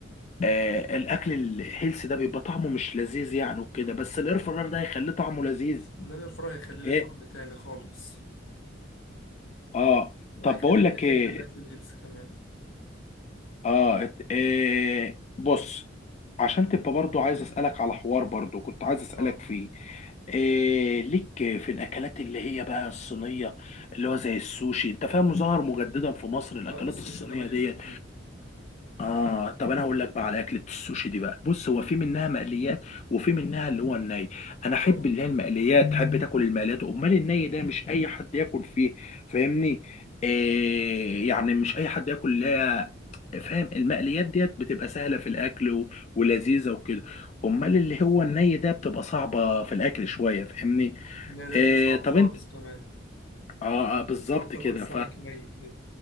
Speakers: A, on the left; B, on the left.
A: آه الاكل الهيلثي ده بيبقى طعمه مش لذيذ يعني وكده بس الاير فراير ده هيخليه طعمه لذيذ
B: ان انا الفراخ هيخلي لي
A: ايه
B: طعم تاني خالص
A: اه
B: وهيخليك
A: طب بقول لك
B: تحب
A: ايه
B: الاكل الهيلث كمان
A: اه ات- إيه بص عشان تبقى برضو عايز اسالك على حوار برضو كنت عايز اسالك
B: اه
A: فيه إيه ليك في الاكلات اللي هي بقى الصينيه اللي هو زي السوشي انت فاهم ظهر مجددا في مصر الاكلات
B: لا السوشي
A: الصينيه
B: ده ماليش
A: ديت
B: فيه
A: اه طب انا هقول لك بقى على اكله السوشي دي بقى بص هو في منها مقليات وفي منها اللي هو الني انا
B: اه
A: احب اللي هي المقليات احب تاكل المقليات امال الني ده مش اي حد ياكل فيه فاهمني إيه يعني مش اي حد ياكل اللي هي فاهم المقليات ديت بتبقى سهله في الاكل و... ولذيذه وكده امال اللي هو الني ده بتبقى صعبه في الاكل شويه فاهمني
B: النهي ده
A: إيه
B: تلاقيه صعب
A: طب
B: خالص
A: انت
B: كمان
A: اه آه، بالظبط
B: لو بتاكل
A: كده
B: سمك ني كده